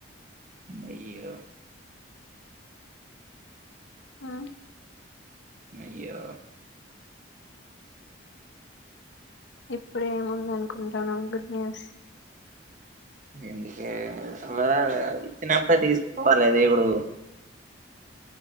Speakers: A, on the right; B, on the left.
A: అయ్యో
B: ఆ
A: అయ్యో
B: ఇప్పుడ ఏముందనుకుంటానావ్ గుడ్ న్యూస్
A: ఎందుకే అలాగ ఇచ్చినప్డే తీసుకోవాలే దేవుడు